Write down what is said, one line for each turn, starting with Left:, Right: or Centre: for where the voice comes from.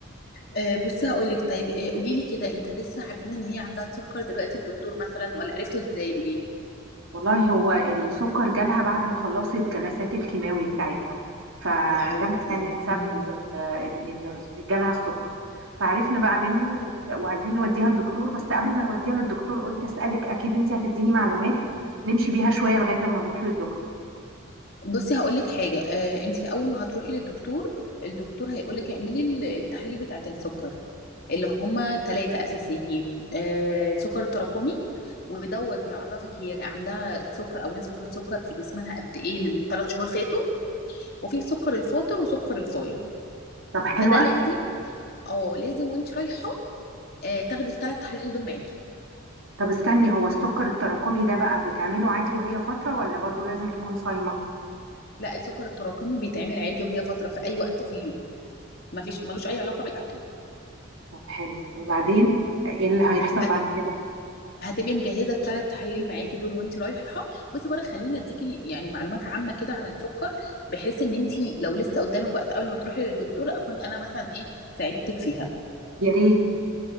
Left: آه بصي هقول لك طيب آه قولي لي كده انتوا لسه عارفين ان هي عندها السكر دلوقتي الدكتور مثلا ولا عرفتوا ازاي قولي لي
Right: والله هو السكر جالها بعد ما خلصت جلسات الكيماوي بتاعتها فده
Left: يا حبيبتي
Right: كان السبب
Left: مم.
Right: في ال- ان إن جالها السكر فعرفنا بقى منه وبت- وعايزين نوديها للدكتور بس قبل ما نوديها للدكتور قلت اسالك اكيد انت هتديني معلومات نمشي بيها شويه لغايه اما نروح للدكتور
Left: بصي هقول لك حاجه آه انت اول ما هتروحي للدكتور الدكتور هيقول لك اعملي ال- التحاليل بتاعه السكر اللي هما ثلاثه اساسيين آه سكر تراكمي ودوت بيعرفك هي عندها السكر او نسبه السكر في جسمها قد ايه من ثلاث شهور فاتوا وفي السكر الفاطر وسكر الصايم
Right: طب حلوه
Left: فده
Right: أوي.
Left: لازم اه لازم وانت رايحه آه، تاخدي الثلاث تحاليل دول معاكي
Right: طب استني هو السكر التراكمي ده بقى بتعمله عادي وهي فتره ولا برضو لازم تكون صايمه
Left: لا السكر التراكمي بيتعمل عادي وهي فتره في اي وقت في اليوم مفيش ملوش اي علاقه بالاكل
Right: طب حلو وبعدين ايه اللي هيحصل
Left: هت...
Right: بعد كده
Left: هتبقي مجهزه الثلاث تحاليل معاكي دول وانت رايحه بس بره خلينا اديكي يعني معلومات عامه كده عن السكر بحيث ان انت لو لسه قدامك وقت قبل ما تروحي للدكتور اكون انا مثلا ايه ساعدتك فيها
Right: يا ريت